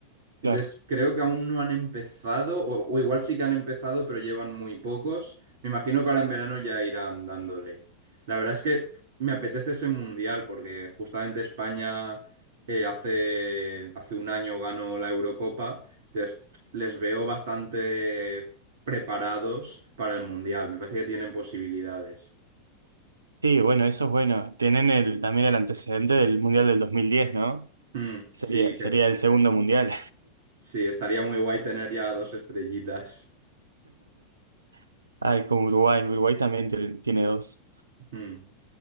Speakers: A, on the right; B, on the right.
A: Entonces,
B: Claro.
A: creo que aún no han empezado, o, o igual sí que han empezado, pero llevan muy pocos. Me imagino que ahora en verano ya irán dándole. La verdad es que me apetece ese mundial, porque justamente España eh, hace, hace un año ganó la Eurocopa, entonces les veo bastante preparados para el mundial. Me parece que tienen posibilidades.
B: Sí, bueno, eso es bueno. Tienen el, también el antecedente del Mundial del 2010, ¿no?
A: Mm,
B: Sería,
A: sí,
B: sería
A: que,
B: el segundo Mundial.
A: sí, estaría muy guay tener ya dos estrellitas.
B: <laughs> Ay, con Uruguay. Uruguay también te- tiene dos.
A: Mm.